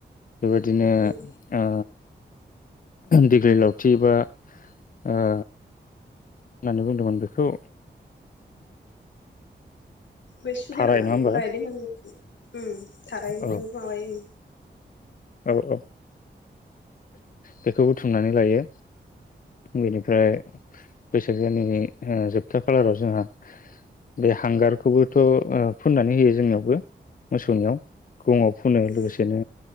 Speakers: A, on the left (about 50°); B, on the left (about 80°).
A: बेबायदिनो
B: उम
A: ओ दिग्लि लावथि बा ओ होननानै बुंदोंमोन बेखौ
B: बै सुगोनाङा
A: थाराय नङा
B: बेखौ
A: होमबा
B: रायदों होनो ओम थारायनो
A: औ
B: माबायो ओम
A: औ औ बेखौ बुथुमनानै लायो बेनिफ्राय बैसाग दाननि जोबथा खालाराव जोंहा बे हांगारखौबोथ' ओ फुननानै होयो जोंनियावबो मोसौनियाव गुङाव फुनो लोगोसेनो
B: उम